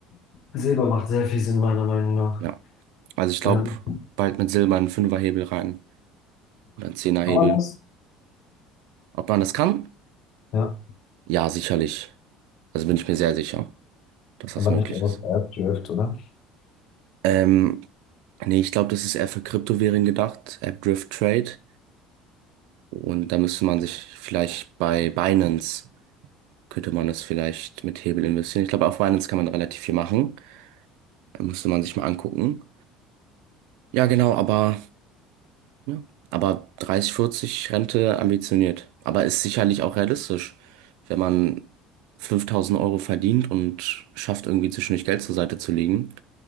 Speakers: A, on the left; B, on the right.
A: Silber macht sehr viel Sinn, meiner Meinung nach.
B: Ja. Also ich glaube,
A: Ähm,
B: bald mit Silber einen Fünferhebel rein oder einen Zehnerhebel.
A: kann man das?
B: Ob man das kann?
A: Ja,
B: Ja, sicherlich. Also bin ich mir sehr sicher, dass das
A: aber
B: möglich
A: nicht auf
B: ist.
A: AppDrift, oder?
B: Ähm, Nee, ich glaube, das ist eher für Kryptowährungen gedacht, App Drift Trade. Und da müsste man sich vielleicht bei Binance, könnte man das vielleicht mit Hebel investieren. Ich glaube, auf Binance kann man relativ viel machen. Da müsste man sich mal angucken. Ja, genau, aber, ja, aber 30, 40 Rente ambitioniert. Aber ist sicherlich auch realistisch, wenn man 5000 Euro verdient und schafft, irgendwie zwischendurch Geld zur Seite zu legen,